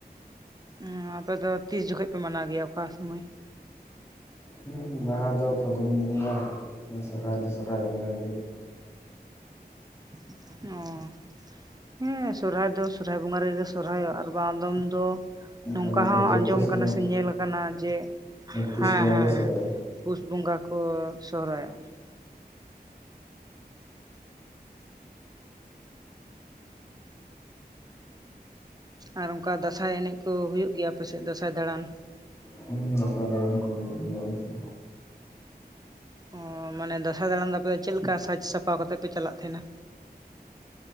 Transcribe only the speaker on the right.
ᱮ ᱟᱯᱮ ᱫᱚ ᱛᱤᱥ ᱡᱚᱠᱷᱚᱱ ᱯᱮ ᱢᱟᱱᱟᱣ ᱜᱮᱭᱟ ᱚᱠᱟ ᱥᱩᱢᱚᱭ
ᱚ ᱦᱮᱸ ᱥᱚᱨᱦᱟᱭ ᱫᱚ ᱥᱚᱨᱦᱟᱭ ᱵᱚᱸᱜᱟ ᱨᱮᱜᱮ ᱥᱚᱨᱦᱟᱭᱚᱜᱼᱟ ᱟᱨ ᱟᱫᱚᱢ ᱫᱚ ᱱᱚᱝᱠᱟ
ᱦᱚᱸ
ᱟᱸᱡᱚᱢ
ᱟᱠᱟᱱᱟ
ᱥᱮ
ᱧᱮᱞ ᱠᱟᱱᱟ ᱡᱮ
ᱦᱮᱸ
ᱦᱮᱸ
ᱦᱮᱸ ᱯᱩᱥ ᱵᱚᱸᱜᱟ ᱠᱚ ᱥᱚᱦᱨᱟᱭᱚᱜ-ᱟ ᱟᱨ ᱚᱱᱠᱟ ᱫᱟᱸᱥᱟᱭ ᱮᱱᱮᱡ ᱠᱚ ᱦᱩᱭᱩᱜ ᱜᱮᱭᱟ ᱟᱯᱮ ᱥᱮᱫ ᱫᱟᱸᱥᱟᱭ ᱫᱟᱬᱟᱱ
ᱚ ᱢᱟᱱᱮ ᱫᱟᱸᱥᱟᱭ ᱫᱟᱬᱟᱱ ᱫᱚ ᱟᱯᱮ ᱫᱚ ᱪᱮᱫ ᱞᱮᱠᱟ ᱥᱟᱡᱽ ᱥᱟᱯᱷᱟ ᱠᱟᱛᱮᱫ ᱯᱮ ᱪᱟᱞᱟᱜ ᱛᱟᱦᱮᱱᱟ